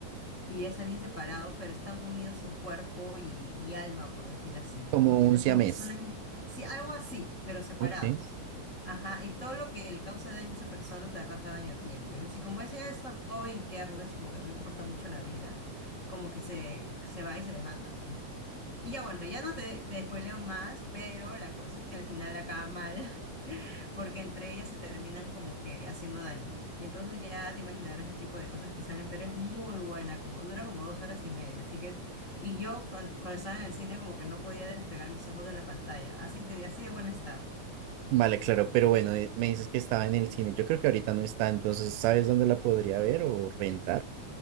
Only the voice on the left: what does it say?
y es alguien separado, pero están unidos en cuerpo y, y alma, por decir así.
¿Entiendes?
Como que son, la misma- sí, algo así, pero separados.
Ajá, y todo lo que le causa daño a esa persona te va a causar daño a ti, ¿entiendes? Y como ella es más joven y careless, como que no le importa mucho la vida, como que se, se va y se desbanda, pues no. Y ya bueno, ya no te, te spoileo más, pero la cosa es que al final acaba mal porque entre ellas se terminan como que haciendo daño. Y entonces ya te imaginarás el tipo de cosas que salen, pero es muy buena, como dura como dos horas y media. Así que, y yo cuan- cuando, estaba en el cine como que no podía despegar mis ojos de la pantalla. Así te, así de buena estaba.